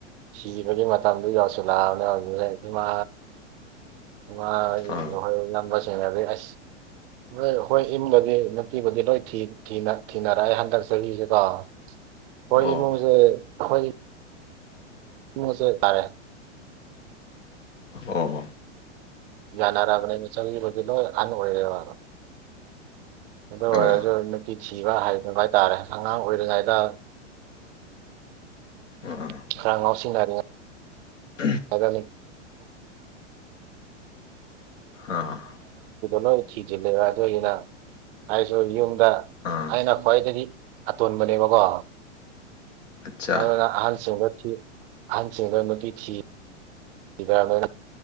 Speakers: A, on the right; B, on the left.
A: ꯁꯤꯕꯒꯤ ꯃꯇꯝꯗꯨ ꯌꯧꯁꯤꯜꯂꯛꯑꯕꯅꯦ ꯍꯧꯖꯛ ꯏꯃꯥ ꯃꯥ
B: ꯑꯥ
A: ꯍꯣꯏ ꯌꯥꯝꯕꯁꯤꯡꯅꯗꯤ ꯑꯁ ꯅꯣꯏ ꯑꯩꯈꯣꯏ ꯌꯨꯝꯗꯗꯤ ꯅꯨꯄꯤꯕꯨꯗꯤ ꯂꯣꯏ ꯊꯤ ꯊꯤꯅ ꯊꯤꯅꯔꯛꯑꯦ ꯍꯟꯗꯛ ꯆꯍꯤꯁꯦꯀꯣ ꯀꯣꯏ
B: ꯑꯣ
A: ꯏꯃꯨꯡꯁꯦ ꯀꯣꯏ ꯃꯣꯁꯦ ꯇꯥꯔꯦ
B: ꯑꯣ
A: ꯌꯅꯔꯕꯅꯦꯅ ꯆꯪꯒꯤꯕꯁꯦ ꯂꯣꯏ ꯑꯍꯟ ꯑꯣꯏꯔꯦꯕ ꯑꯗꯨ ꯑꯣꯏꯔꯁꯨ
B: ꯑꯣ
A: ꯅꯨꯄꯤ ꯁꯤꯕ ꯍꯥꯏꯗꯕ ꯍꯥꯏꯇꯥꯔꯦ ꯑꯉꯥꯡ ꯑꯣꯏꯔꯤꯉꯩꯗ
B: ꯑꯥ
A: ꯈꯔꯉꯥꯎꯁꯤꯟꯅꯔꯦ
B: ꯎꯝ
A: <unintelligible> ꯑꯗꯨ
B: ꯑꯥ
A: ꯂꯣꯏ ꯊꯤꯖꯤꯜꯂꯦꯕ ꯑꯗꯨ ꯅꯩ ꯑꯩꯁꯨ ꯌꯨꯝꯗ
B: ꯑꯥ
A: ꯑꯩꯅ ꯈ꯭ꯋꯥꯏꯗꯒꯤ ꯑꯇꯣꯟꯕꯅꯦꯕꯀꯣ
B: ꯑꯠꯆꯥ
A: ꯑꯗꯨꯅ ꯑꯍꯟꯁꯤꯡꯗ ꯊꯤ ꯑꯍꯟꯁꯤꯡꯗ ꯅꯨꯄꯤ ꯊꯤ ꯏꯗꯥꯅꯕꯅꯦ